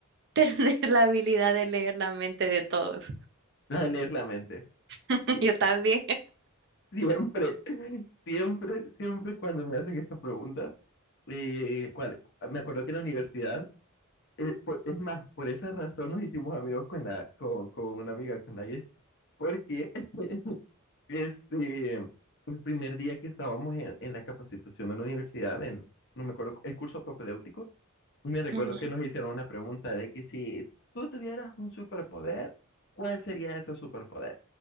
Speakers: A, on the right; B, on the left.
A: tener <laughs> la habilidad de leer la mente de todos?
B: la de leer la mente.
A: <laughs>
B: Sie-
A: Yo también.
B: Siempre, siempre, siempre cuando me hacen esa pregunta, eh, ¿cuál? Me acuerdo que en la universidad eh, por- es más, por esa razón nos hicimos amigos con la, con, con una amiga, con la Yes, porque <laughs> este, el primer día que estábamos en, en la capacitación de la universidad, en- no me acuerdo, el curso propedéutico, me recuerdo
A: Ujú.
B: que nos hicieron una pregunta de que si tú tuvieras un superpoder, ¿cuál sería ese superpoder?